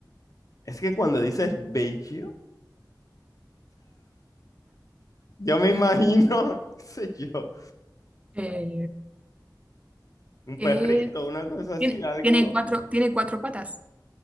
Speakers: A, on the left; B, on the right.
A: Es que cuando dices bello, yo me imagino, <laughs> qué sé yo,
B: eh,
A: un
B: que
A: perrito, una cosa así,
B: tiene,
A: algo.
B: tiene cuatro, tiene cuatro patas,